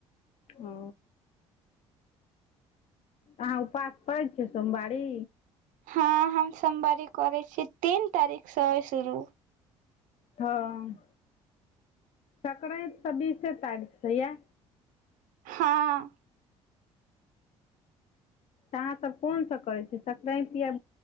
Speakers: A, on the left; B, on the right.
A: ओ। अहाँ उपास करै छि सोमवारी।
B: हँ हम सोमवारी कोरै छी तीन तारीक स अय शुरू।
A: हँ, सक्रइत सँ बीसे तारीकसँ या।
B: हाँ।
A: त अहाँसब कोन सब कोरै छि सक्रइत आ